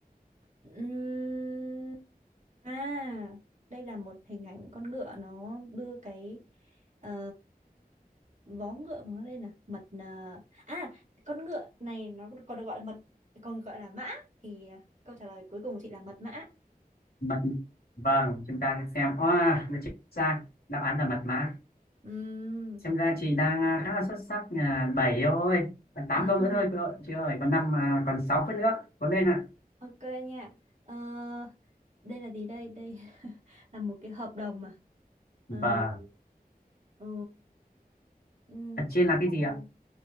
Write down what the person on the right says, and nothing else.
Ừm, À, đây là một hình ảnh con ngựa nó đưa cái ờ, vó ngựa của nó đây là mật à à, con ngựa này nó còn được gọi là mật còn gọi là mã thì à, câu trả lời cuối cùng của chị là mật mã
Ừm,
<laughs>
ok nha Ờ, đây là gì đây đây <laughs> là một cái hợp đồng mà Ờ,
ờ, ừm,
cầu-